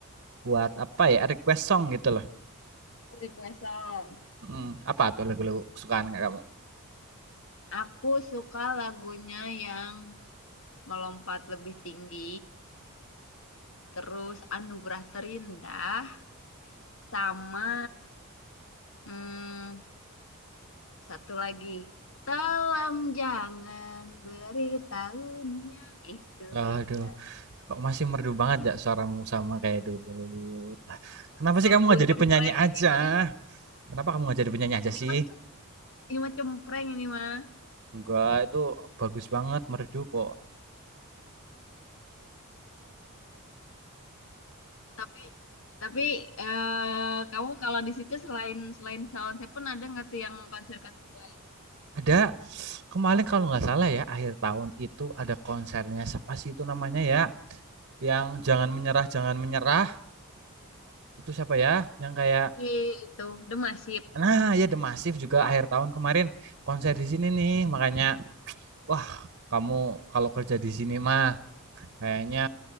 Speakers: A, on the right (about 50°); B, on the left (about 60°).
A: buat apa ya request song gitu loh.
B: Request song.
A: Mm, apa tuh lagu-lagu kesukaan nggak kamu?
B: Aku suka lagunya yang melompat lebih tinggi, terus anugerah terindah, sama hmm, Satu lagi. Tolong jangan beritahu Nia itu
A: Aduh,
B: dia.
A: kok masih merdu banget ya suaramu sama kayak dulu. Ah, Kenapa sih
B: Merdu
A: kamu nggak jadi
B: cempreng
A: penyanyi aja?
B: ini mah.
A: Kenapa kamu nggak jadi penyanyi aja
B: Ini
A: sih?
B: mah ini mah cempreng ini mah.
A: Enggak, itu bagus banget merdu kok.
B: Tapi tapi eh, kamu kalau di situ selain selain Salon Seven ada nggak tuh yang konser-konser lain?
A: Ada kemarin kalau nggak salah ya akhir tahun itu ada konsernya siapa sih itu namanya ya? Yang jangan menyerah, jangan menyerah itu siapa ya? Yang kayak
B: Di itu The Massive.
A: Nah, ya The Massive juga akhir tahun kemarin konser di sini nih. Makanya wah kamu kalau kerja di sini mah kayaknya